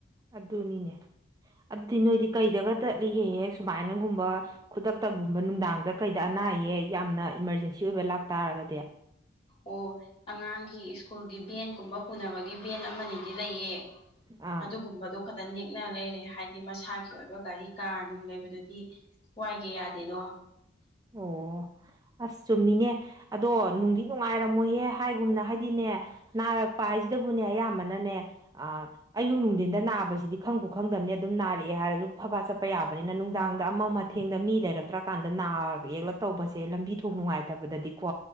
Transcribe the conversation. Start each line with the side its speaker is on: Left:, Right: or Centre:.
Right: ꯑꯗꯨꯅꯤꯅꯦ ꯑꯗꯨꯗꯤ ꯅꯣꯏꯗꯤ ꯀꯩꯗꯒ ꯆꯠꯂꯤꯍꯦꯛ ꯍꯦꯛ ꯁꯨꯃꯥꯏꯅꯒꯨꯝꯕ ꯈꯨꯗꯛꯇꯒꯨꯝꯕ ꯅꯨꯡꯗꯥꯡꯗ ꯀꯩꯗ ꯑꯅꯥ ꯑꯌꯦꯛ ꯌꯥꯝꯅ ꯏꯃꯥꯔꯖꯦꯟꯁꯤ ꯑꯣꯏꯕ ꯂꯥꯛꯇꯥꯥꯔꯒꯗꯤ
Left: ꯑꯣ ꯑꯉꯥꯡꯒꯤ ꯁ꯭ꯀꯨꯜꯒꯤ ꯚꯦꯟꯒꯨꯝꯕ ꯄꯨꯅꯕꯒꯤ ꯚꯦꯟ ꯑꯃꯅꯤꯗꯤ ꯂꯩꯌꯦ
Right: ꯑꯥ
Left: ꯑꯗꯨꯒꯨꯝꯕꯗꯣ ꯈꯛꯇ ꯅꯦꯛꯅ ꯂꯩꯔꯦ ꯍꯥꯏꯗꯤ ꯃꯁꯥꯒꯤ ꯑꯣꯏꯕ ꯒꯥꯔꯤ ꯀꯥꯔ ꯅꯨꯡ ꯂꯩꯕꯗꯨꯗꯤ ꯋꯥꯏꯒꯦ ꯌꯥꯗꯦꯗꯣ <inaudible>
Right: ꯑꯣ ꯑꯁ ꯆꯨꯝꯃꯤꯅꯦ ꯑꯗꯣ ꯅꯨꯡꯗꯤ ꯅꯨꯡꯉꯥꯏꯔꯝꯃꯣꯏꯍꯦ ꯍꯥꯏꯒꯨꯝꯅ ꯍꯥꯏꯗꯤꯅꯦ ꯅꯥꯔꯛꯄ ꯍꯥꯏꯁꯤꯗꯕꯨꯅꯦ ꯑꯌꯥꯝꯕꯅꯅꯦ ꯑ ꯑꯌꯨꯛ ꯅꯨꯡꯊꯤꯟꯗ ꯅꯥꯕꯁꯤꯗꯤ ꯈꯪꯕꯨꯈꯪꯗꯝꯅꯤ ꯑꯗꯨꯝ ꯅꯥꯔꯛꯑꯦ ꯍꯥꯏꯔꯁꯨ ꯐꯕ ꯆꯠꯄ ꯌꯥꯕꯅꯤꯅ ꯅꯨꯡꯗꯥꯡꯗ ꯑꯃꯝ ꯑꯊꯦꯡ ꯊꯦꯡꯗ ꯃꯤ ꯂꯩꯔꯛꯇ꯭ꯔꯀꯥꯟꯗ ꯅꯥ ꯌꯦꯛꯂꯛ ꯇꯧꯕꯁꯦ ꯂꯝꯕꯤ ꯊꯣꯡ ꯅꯨꯡꯉꯥꯏꯇꯕꯗꯗꯤꯀꯣ